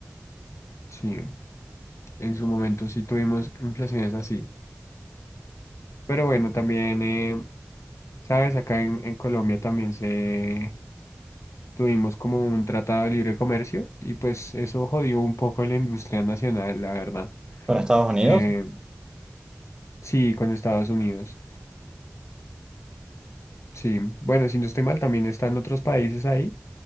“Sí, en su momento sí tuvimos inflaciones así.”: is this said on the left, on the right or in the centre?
Left